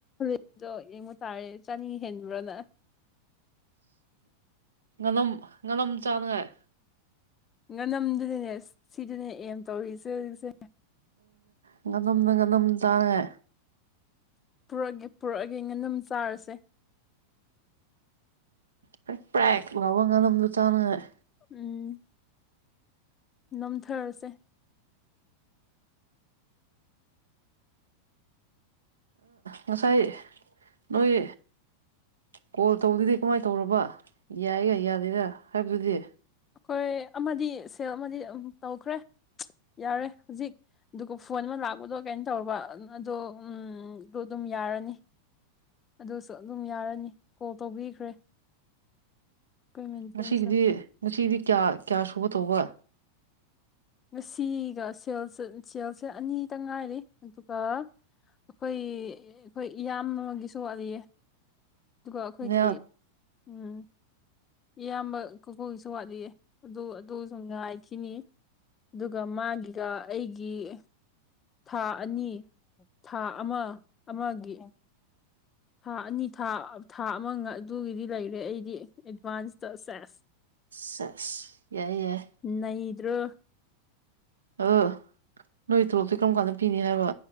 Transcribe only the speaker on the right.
ꯉꯅꯝ ꯉꯅꯝ ꯆꯥꯅꯉꯥꯏ
ꯑꯗꯨ ꯉꯅꯝꯅ ꯉꯅꯝ ꯇꯥꯡꯉꯦ
ꯄ꯭ꯔꯦꯛ ꯄ꯭ꯔꯦꯛ ꯂꯥꯎꯕ ꯉꯥꯅꯂꯝꯝꯗ ꯆꯥꯅꯉꯥꯏ
ꯉꯁꯥꯏ ꯅꯣꯏ ꯀꯣꯜ ꯇꯧꯗꯨꯗꯤ ꯀꯃꯥꯏꯅ ꯇꯧꯔꯕ ꯌꯥꯏꯒ ꯌꯥꯗꯦꯔ ꯍꯥꯏꯕꯗꯨꯗꯤ
ꯉꯁꯤꯒꯤꯗꯤ ꯉꯁꯤꯗꯤ ꯀꯌꯥ ꯀꯌꯥ ꯁꯨꯕ ꯇꯧꯕ
ꯅꯌꯥ
ꯁꯦꯁ ꯌꯥꯏ ꯌꯥꯏ
ꯑ ꯅꯣꯏ ꯇꯂꫭꯞꯇꯤ ꯀꯔꯝ ꯀꯥꯟꯗ ꯄꯤꯅꯤ ꯍꯥꯏꯕ